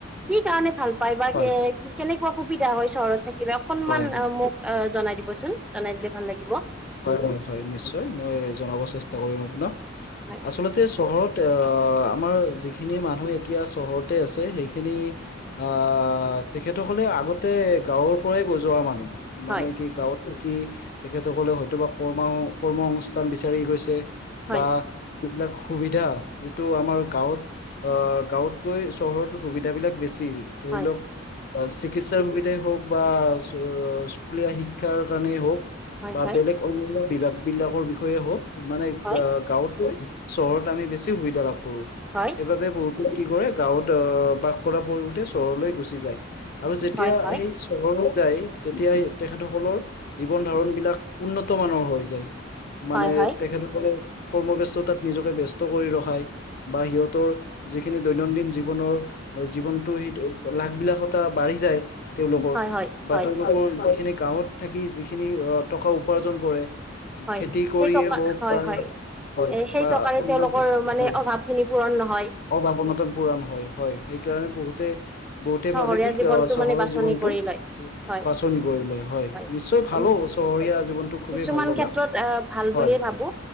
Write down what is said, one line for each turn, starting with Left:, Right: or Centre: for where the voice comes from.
Centre: কি কাৰণে ভাল পায় বা
Left: হয়
Centre: কে কি কেনেকুৱা সুবিধা হয় চহৰত থাকিলে অকনমান
Left: হয়
Centre: মোক জনাই দিবচোন, জনাই দিলে ভাল লাগিব।
Left: হয়, হয়, হয়, নিশ্চয়। মই জনাব চেষ্টা কৰিম আপোনাক।
Centre: হয়
Left: আচলতে চহৰত তে অহ, আমাৰ যিখিনি মানুহ এতিয়া চহৰতে আছে সেইখিনি অহ, তেখেতসকলে আগতে গাঁৱৰ পৰাই গজোৱা মানুহ। মানে
Centre: হয়
Left: কি গাঁৱত কি তেখেতসকলে হয়তো বা কৰ্ম-কৰ্ম সংস্থান বিচাৰি গৈছে,
Centre: হয়
Left: বা যিবিলাক সুবিধা, যিটো আমাৰ গাঁৱত অহ, গাঁৱতকৈ চহৰত সুবিধাবিলাক বেছি। ধৰি
Centre: হয়
Left: লওঁক, চিকিৎসাৰ সুবিধাই হওঁক বা সু-স্কুলীয়া শিক্ষাৰ কাৰণেই হওঁক। বা
Centre: হয়
Left: বেলেগ অন্যান্য বিভাগবিলাকৰ বিষয়ে হওঁক, মানে
Centre: হয়
Left: গা-গাঁৱতকৈ চহৰত আমি বেছি সুবিধা লাভ কৰোঁ।
Centre: হয়।
Left: সেইবাবে বহুতে কি কৰে গাঁৱত অহ, বাস কৰাৰ পৰিৱৰ্তে চহৰলৈ গুচি যায়। আৰু যেতিয়া
Centre: হয় হয় হয়
Left: সেই চহৰলৈ যায়, তেতিয়াই তেখেতসকলৰ জীৱন ধাৰণবিলাক উন্নত মানৰ হৈ যায়। মানে
Centre: হয় হয়
Left: তেখেতসকলে, কৰ্মব্যস্ততাত নিজকে ব্যস্ত কৰি ৰখায়। বা সিহঁতৰ যিখিনি দৈনন্দিন জীৱনৰ, জীৱনতটো সেইটো লাখ বিলাসতা বাঢ়ি যায় তেওঁলোকৰ।
Centre: হয় হয়
Left: বা
Centre: হয়
Left: তেওঁলোকৰ যিখিনি গাঁৱত থাকি যিখিনি টকা উপাৰ্জন কৰে।
Centre: হয়
Left: খেতি কৰিয়ে
Centre: সেই টকা
Left: হওক
Centre: হয়
Left: বা
Centre: হয়
Left: হয়
Centre: এ, সেই
Left: বা
Centre: টকাৰে
Left: অন্য
Centre: তেওঁলোকৰ মানে
Left: হয়
Centre: অভাৱ খিনি পূৰণ নহয়।
Left: অভাৱ অনাতন পুৰাণ হয়, হয় সেইকাৰণে বহুতে বহুতে
Centre: চহৰীয়া
Left: ভাবে কি
Centre: জীৱনটো
Left: ক, চহৰৰ
Centre: মানে বাছনি
Left: জীৱনটো
Centre: কৰি লয় হয়
Left: বাছনি কৰিলে হয়,
Centre: হয়
Left: নিশ্চয় ভালো চহৰীয়া জীৱনটো খুবেই
Centre: কিছুমান
Left: ভাল লগা।
Centre: ক্ষেত্ৰত আহ ভাল
Left: হয়
Centre: বুলিয়ে ভাবো,